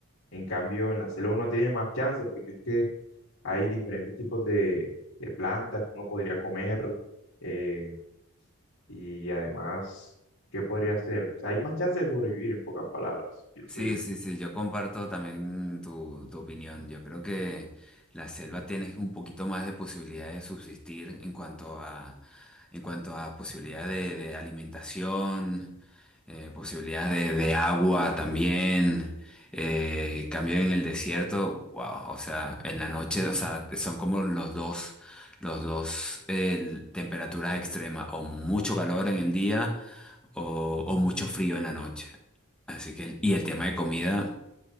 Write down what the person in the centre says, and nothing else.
Sí,
sí, sí, yo comparto también tu, tu opinión. Yo creo que la selva tiene un poquito más de posibilidad de subsistir en cuanto a, en cuanto a posibilidad de, de alimentación, eh, posibilidad de, de agua también. Eh, cambio en el desierto, wow, o sea, en la noche, o sea, son como los dos, los dos eh, temperaturas extremas, o mucho calor en el día o, o mucho frío en la noche. Así que, el- y el tema de comida